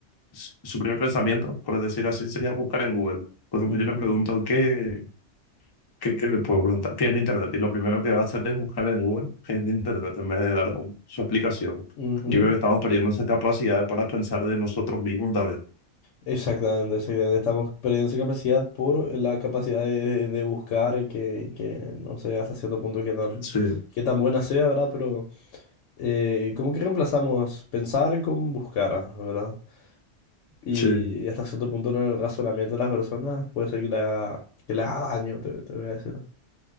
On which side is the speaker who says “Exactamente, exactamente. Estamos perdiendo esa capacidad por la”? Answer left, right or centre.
Left